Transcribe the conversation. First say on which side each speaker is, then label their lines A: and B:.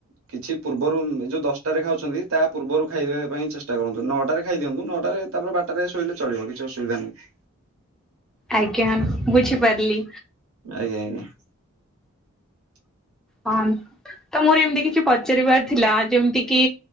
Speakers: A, on the right (about 85°); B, in the centre.
A: କିଛି ପୂର୍ବରୁ ଯୋଉ ଦଶଟାରେ ଖାଉଛନ୍ତି ତା ପୂର୍ବରୁ ଖାଇଦେବା ପାଇଁ ଚେଷ୍ଟା କରନ୍ତୁ ନଅଟାରେ ଖାଇଦିଅନ୍ତୁ ନଅଟାରେ ତାପରେ ବାରଟା ଶୋଇଲେ ଚଳିବ କିଛି ଅସୁବିଧା ନାହିଁ।
B: ଆଜ୍ଞା ବୁଝିପାରିଲି।
A: <unintelligible>
B: ହଁ ତ ମୋର ଏମିତି କିଛି ପଚାରିବାର ଥିଲା ଯେମିତି କିି